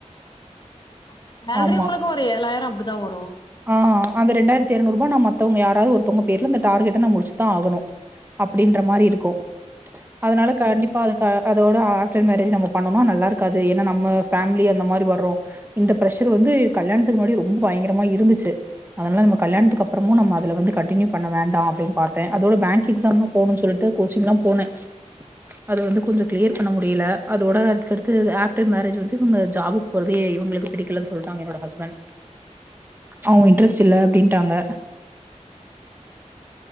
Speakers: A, on the left; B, on the right.
A: ஆ சேலரி
B: ஆமா.
A: உங்களுக்கு ஒரு ஏழாயிரோ அப்டிதா வரு
B: ஆ அந்த ரெண்டாயிரத்தி இரநூறுவா மத்தவங்க யாராவது ஒருதவங்க பேர்ல அந்த டார்கெட்ட ந முடிசுதா ஆகணு அப்டின்ற மாரி இருக்கு அதனால கண்டிப்பா அது அதோட ஆஃப்டர் மேரேஜ் நம்ம பண்ணோனா நல்லாருக்காது ஏன்னா நம்ம ஃபேமிலி அந்த மாரி வர்றோ இந்த பிரஷர் வந்து கல்யாணத்துக்கு முன்னாடி ரொம்ப பயங்கரமா இருந்துச்சு அதனால நம்ம கல்யாணக்கு அப்புறமு நம்ம அதில வந்து கன்டினியூ பண்ண வேண்டாம் அப்பின்னு பாத்தே அதோட பேங்க் எக்ஸாம்லா போணு சொல்ட்டு கோச்சி்ங்லா போனே அது வந்து கொஞ்சோ க்ளியர் பண்ண முடியல அதோட அதுக்கடுத்து ஆப்டர் மேரேஜ் வந்து இவங்க ஜாபுக் போறதே இவங்களுக்கு பிடிக்கலன்னு சொல்ட்டாங்க என்னோட ஹஸ்பண்ட் அவங்க இன்ட்ரெஸ்ட் இல்ல அப்டின்ட்டாங்க
A: உம்